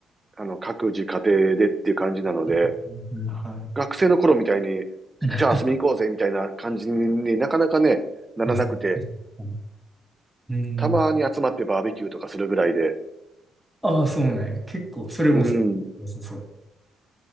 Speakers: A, on the right; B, in the centre.
A: あの、各自家庭でっていう感じなので、
B: うんは
A: 学生の頃みたいに、
B: い。
A: じゃあ遊びに行こうぜみたいな感じになかなかね、ならなくて、
B: まあ、そうですねうん。
A: たまに集まってバーベキューとかするぐらいで、
B: ああ、そうね。結構、それもそう。
A: うん、
B: そうそう。